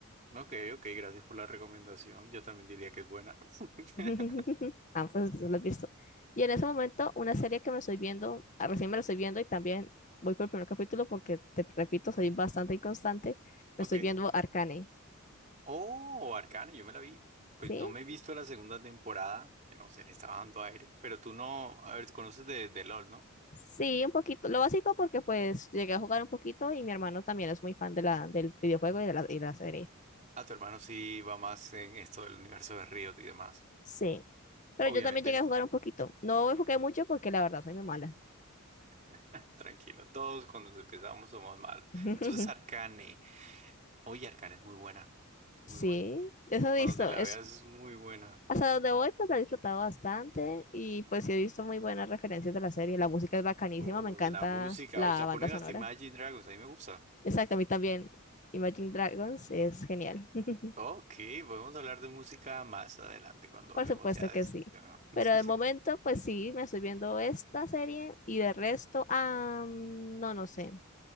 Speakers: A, on the right; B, on the left.
A: Ok, ok, gracias por la recomendación, yo también diría que es buena. <laughs>
B: <laughs> Ah, pues lo has visto. Y en ese momento, una serie que me estoy viendo, ah, recién me la estoy viendo y también voy por el primer capítulo porque, te repito, soy bastante inconstante, me
A: Ok.
B: estoy viendo Arcane,
A: Oh, Arcane, yo me la vi. Pues
B: ¿sí?
A: no me he visto la segunda temporada, que no sé, le estaba dando aire, pero tú no, a ver, tú conoces de, de LOL, ¿no?
B: Sí, un poquito. Lo básico porque pues llegué a jugar un poquito y mi hermano también es muy fan de la, del videojuego y de la, y la serie.
A: A tu hermano sí va más en esto del universo de Riot y demás.
B: Sí. Pero
A: Obviamente
B: yo también llegué a jugar un poquito. No jugué mucho porque la verdad soy muy mala.
A: <laughs> Tranquilo, todos cuando empezamos somos malos.
B: <laughs>
A: Entonces Arcane, oye Arcane es muy buena, es
B: Sí,
A: muy buena.
B: eso
A: Cuando
B: he visto.
A: te la
B: Es,
A: veas es muy buena.
B: hasta donde voy pues la he disfrutado bastante y pues sí he visto muy buenas referencias de la serie. La música es bacanísima,
A: Oh,
B: me encanta
A: la música,
B: la
A: o sea,
B: banda
A: ponen
B: sonora.
A: hasta Imagine Dragons, a mí me gusta.
B: Exacto, a mí también. Imagine Dragons es genial. <laughs>
A: Ok, podemos hablar de música más adelante cuando
B: Por
A: hablemos
B: supuesto
A: ya
B: que
A: de este
B: sí.
A: tema. <laughs>
B: Pero de momento, pues sí, me estoy viendo esta serie y de resto, ah, no, no sé.